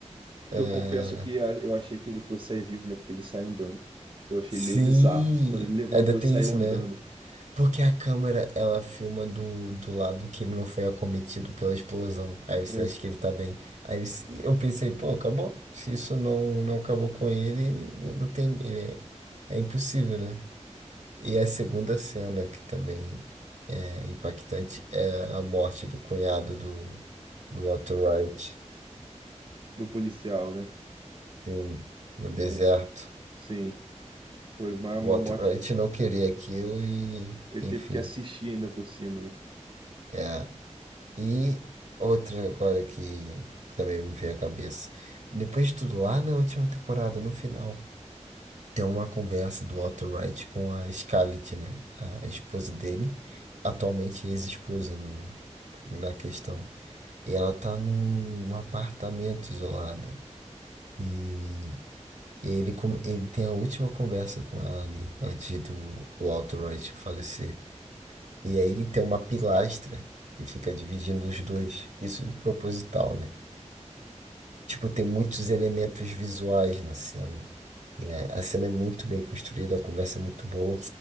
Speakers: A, on the right; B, on the right.
A: É,
B: Que eu confesso que ah, eu achei que ele fosse sair vivo, né, porque ele sai andando. Eu achei
A: Sim,
B: meio bizarro quando ele levantou
A: ainda tem
B: e saiu
A: isso,
B: andando,
A: né? Porque a câmera, ela filma do, do lado que ele não foi acometido pela explosão. Aí você
B: né,
A: acha que ele tá bem. Aí se- eu pensei, pô, acabou. Se isso não, não acabou com ele, não tem, ele é, é impossível, né? E a segunda cena, que também é impactante, é a morte do cunhado do, do Walter White
B: do policial, né?
A: sim, no deserto.
B: É, sim, foi uma, uma
A: O Walter
B: morte.
A: White não queria aquilo e,
B: Ele
A: enfim,
B: teve que assistir ainda por cima, né?
A: é. E outra agora que também me veio à cabeça. Depois de tudo, lá na última temporada, no final, tem uma conversa do Walter White com a Scarlett, né? A esposa dele, atualmente ex-esposa no- na questão. E ela tá num apartamento isolada. E ele, com- ele tem a última conversa com ela ali, antes do, do Walter White falecer. E aí tem uma pilastra que fica dividindo os dois. Isso é proposital, né? Tipo, tem muitos elementos visuais na cena. é, a cena é muito bem construída, a conversa é muito boa.